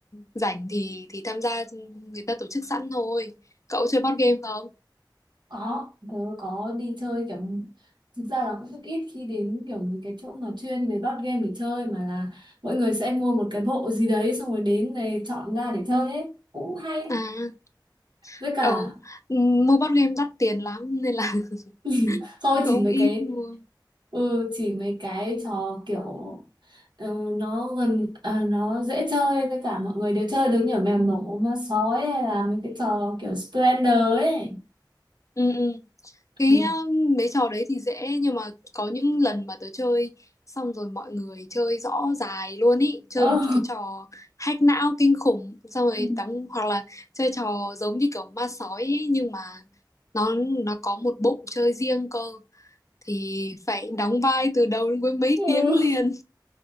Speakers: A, on the left; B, on the right.
A: rảnh thì thì tham gia ừ, người ta tổ chức sẵn thôi cậu chơi board game không
B: có tớ có đi chơi kiểu thực ra là cũng rất ít khi đến kiểu mấy cái chỗ mà chuyên về board game để chơi mà là mọi người sẽ mua một cái bộ gì đấy xong rồi đến này chọn ra để chơi ấy cũng hay
A: à
B: với cả
A: ừ mua board game đắt tiền lắm nên là
B: <laughs>
A: <laughs>
B: không
A: cũng
B: chỉ mấy
A: ít
B: cái
A: mua
B: ừ, chỉ mấy cái trò kiểu ừ, nó gần à, nó dễ chơi với cả mọi người đều chơi được như ở mèo nổ ma sói hay là mấy cái trò kiểu Splendor ấy
A: ừ ừ cái
B: ừ.
A: ờ, mấy trò đấy thì dễ nhưng mà có những lần mà tớ chơi xong rồi mọi người chơi rõ dài luôn ý chơi
B: Ừ.
A: một cái trò hack não kinh khủng xong rồi
B: <laughs>
A: đóng hoặc là chơi trò giống như kiểu ma sói ý, nhưng mà nó nó có một bộ chơi riêng cơ thì phải đóng vai từ đầu đến cuối mấy
B: Ừ.
A: tiếng liền